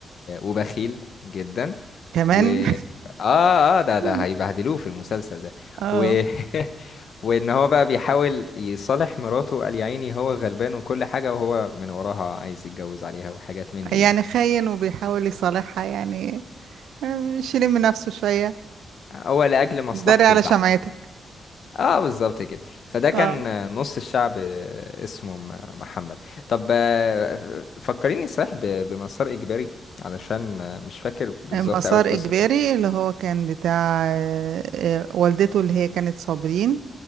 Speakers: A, on the left (about 65°); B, on the right (about 80°).
A: وبخيل جدا
B: كمان
A: و اه اه ده ده
B: <laughs>
A: هيبهدلوه في المسلسل ده
B: اه
A: و <laughs> وان هو بقى بيحاول يصالح مراته وقال يا عيني هو غلبان وكل حاجة وهو من وراها عايز يتجوز عليها وحاجات من دي
B: يعني
A: يعني
B: خاين وبيحاول يصالحها يعني مش يلم نفسه شوية
A: هو لأجل مصلحته
B: داري على
A: البحتة
B: شمعتك
A: اه بالظبط كده فده كان
B: اه
A: نص الشعب اسمه م- محمد طب آه، فكريني صحيح ب- بمسار إجباري علشان مش فاكر بالظبط
B: مسار
A: أول القصة
B: إجباري
A: بتاعته
B: اللي هو كان بتاع آه، آه، والدته اللي هي كانت صابرين